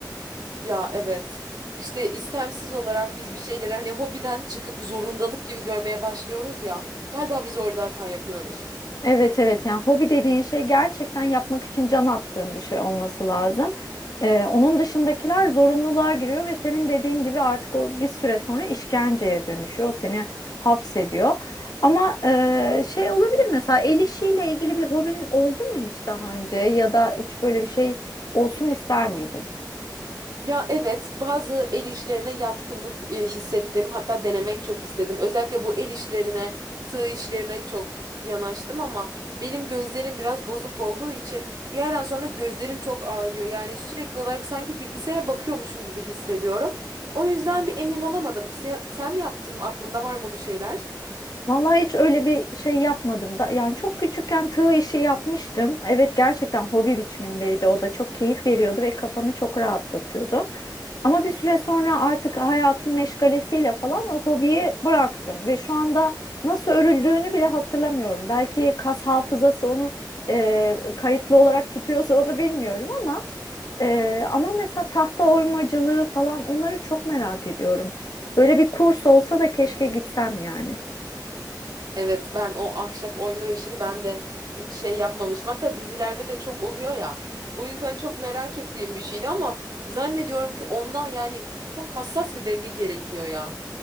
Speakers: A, on the right; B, on the left.
A: Ya evet. İşte istemsiz olarak biz bir şeyleri hani hobiden çıkıp zorundalık gibi görmeye başlıyoruz ya. Galiba biz orada hata yapıyoruz.
B: Evet evet yani hobi dediğin şey gerçekten yapmak için can attığın bir şey olması lazım. Ee, onun dışındakiler zorunluluğa giriyor ve senin dediğin gibi artık o bir süre sonra işkenceye dönüşüyor. Seni hapsediyor. Ama e, şey olabilir mesela el işiyle ilgili bir hobin oldu mu hiç daha önce ya da hiç böyle bir şey olsun ister miydin?
A: Ya evet, bazı el işlerine yatkınlık e, hissettim. Hatta denemek çok istedim. Özellikle bu el işlerine, tığ işlerine çok yanaştım ama benim gözlerim biraz bozuk olduğu için bir yerden sonra gözlerim çok ağrıyor. Yani sürekli olarak sanki bilgisayara bakıyormuşum gibi hissediyorum. O yüzden bir emin olamadım. Sen, sen yaptın mı? Aklında var mı bir şeyler?
B: Vallahi hiç öyle bir şey yapmadım da yani çok küçükken tığ işi yapmıştım. Evet gerçekten hobi biçimindeydi o da çok keyif veriyordu ve kafamı çok rahatlatıyordu. Ama bir süre sonra artık hayatın meşgalesiyle falan o hobiyi bıraktım ve şu anda nasıl örüldüğünü bile hatırlamıyorum. Belki kas hafızası onu e, kayıtlı olarak tutuyorsa onu bilmiyorum ama e, ama mesela tahta oymacılığı falan onları çok merak ediyorum. Böyle bir kurs olsa da keşke gitsem yani.
A: Evet ben o ahşap oyma işini ben de hiç şey yapmamışım. Hatta dizilerde de çok oluyor ya. O yüzden çok merak ettiğim bir şeydi ama zannediyorum ki onda yani çok hassas bir denge gerekiyor ya.